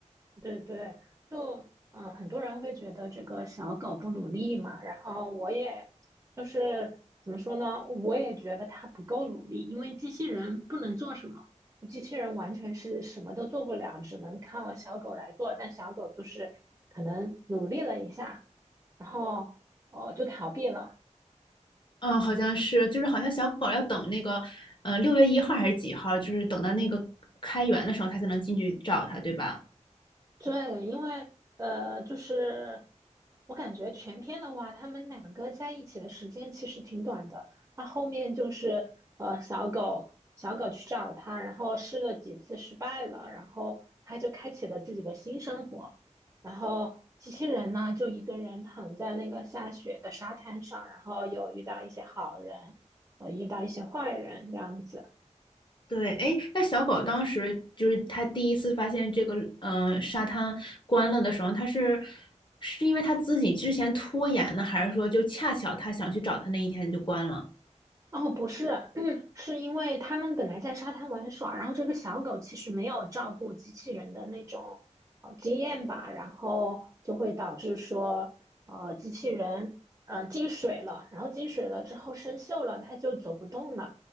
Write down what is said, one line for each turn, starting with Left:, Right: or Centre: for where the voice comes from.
Right: 对对，就嗯、呃很多人会觉得这个小狗不努力嘛，然后我也就是怎么说呢，我也觉得它不够努力，因为机器人不能做什么，就机器人完全是什么都做不了，只能靠小狗来做，但小狗就是可能努力了一下，然后哦就逃避了，
Left: 嗯，好像是，就是好像小狗儿要等那个，嗯六月一号还是几号，就是等到那个开园的时候，它才能进去找它，对吧？
Right: 对，因为呃，就是我感觉全篇的话，他们两个在一起的时间其实挺短的。那后面就是呃，小狗小狗去找他，然后试了几次失败了，然后他就开启了自己的新生活。然后机器人呢，就一个人躺在那个下雪的沙滩上，然后有遇到一些好人，呃，遇到一些坏人这样子。
Left: 对，哎，那小狗当时就是它第一次发现这个呃沙滩关了的时候，它是是因为它自己之前拖延呢，还是说就恰巧它想去找它那一天就关了？
Right: 哦，不是，<clears throat> 是因为他们本来在沙滩玩耍，然后这个小狗其实没有照顾机器人的那种呃经验吧，然后就会导致说，呃，机器人呃进水了，然后进水了之后生锈了，它就走不动了，